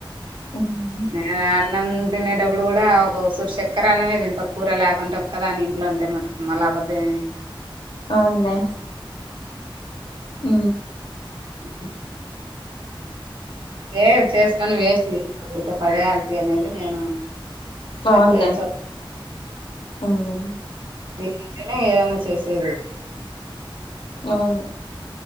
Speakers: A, on the left (about 70°); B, on the right (about 60°).
A: ఉమ్
B: యాన్ అన్నం తినేటప్పుడు గూడా ఒక సుర్శక్కర అన్నమేది తింటా కూర లేకుంటే ఒక్కదాని ఇంట్లో ఉంటే మటుకు మాలా అబద్దం ఎ
A: అవునులే ఉ
B: ఉ ఏ చేస్తాని వేస్ట్ చేరిక పడేయాల అనేది నేను
A: అవునులే
B: ఆప్పచ్చ
A: ఉమ్
B: తింటేనే ఏదైనా చేసేది
A: అవును